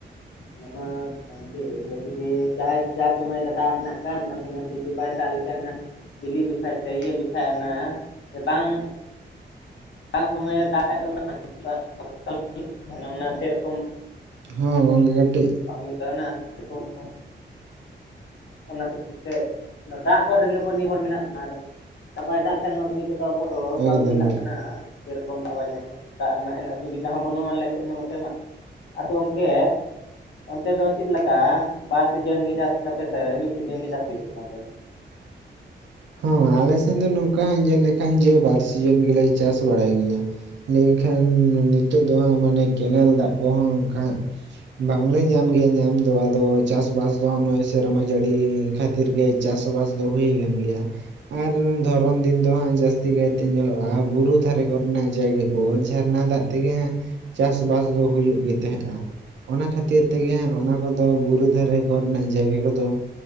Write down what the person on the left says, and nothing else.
<inaudible> ᱠᱟᱱᱜᱮ ᱡᱩᱫᱤ ᱡᱟᱦᱟᱸᱭ ᱡᱟ ᱥᱚᱢᱚᱭ ᱨᱮ ᱫᱟᱜ ᱨᱮᱱᱟᱜ ᱠᱟᱱ ᱚᱱᱟ ᱥᱚᱢᱚᱭ ᱨᱮ ᱡᱩᱫᱤ ᱵᱟᱭ ᱫᱟᱜ ᱞᱮᱠᱷᱟᱱ ᱚᱱᱟ ᱵᱤᱞᱤ ᱡᱚᱠᱷᱚᱡ ᱥᱮ ᱤᱭᱟᱹ ᱡᱚᱠᱷᱚᱡ ᱚᱱᱟ ᱡᱮ ᱵᱟᱝ ᱥᱚᱢᱚᱭ ᱨᱮ ᱫᱟᱜ ᱠᱷᱟ ᱫᱚ ᱚᱱᱟ <unintelligible> ᱚᱱᱟ ᱥᱮᱨᱚᱠᱚᱢ
ᱵᱟᱝ ᱦᱩᱭᱩᱜ ᱛᱟᱵᱚᱱᱟ ᱥᱮᱨᱚᱠᱚᱢ ᱚᱱᱟ ᱠᱷᱟᱹᱛᱤᱨ ᱛᱮ ᱚᱱᱟ ᱫᱟᱜ ᱯᱚᱨ ᱨᱮᱜᱮ ᱟᱵᱚ ᱱᱤᱨᱵᱷᱚᱨ ᱢᱮᱱᱟᱜ ᱵᱚᱱᱟ ᱟᱨ ᱫᱟᱜ ᱵᱟᱭ ᱫᱟᱜ ᱞᱮᱠᱷᱟᱱ ᱠᱟᱹᱢᱤ ᱠᱚᱫᱚ ᱟᱵᱚ ᱛᱚ
ᱵᱟᱝ ᱡᱤᱞᱟᱜ
ᱠᱟᱱᱟ ᱥᱮᱨᱚᱠᱚᱢ ᱫᱟᱜ ᱵᱟᱭ ᱧᱟᱢ ᱟᱠᱟᱫᱟ ᱫᱟᱜ ᱨᱮᱱᱟᱜ ᱩᱱᱟᱹᱜ ᱥᱩᱵᱤᱫᱟ ᱦᱚᱸ ᱵᱟᱹᱱᱩᱜᱼᱟ ᱟᱞᱮ ᱥᱮᱫ ᱢᱟ ᱱᱚᱛᱮ ᱢᱟ ᱾ ᱟᱫᱚ ᱚᱱᱠᱮ ᱚᱱᱛᱮ ᱫᱚ ᱪᱮᱫ ᱞᱮᱠᱟ ᱵᱟᱨ ᱥᱤᱡᱮᱱ ᱜᱮ ᱪᱟᱥ ᱛᱟᱯᱮᱥᱮ ᱢᱤᱫ ᱥᱤᱡᱮᱱ ᱜᱮ ᱪᱟᱥ ᱦᱩᱭᱩᱜ ᱠᱟᱱᱟ ᱱᱚᱱᱛᱮ ᱫᱚ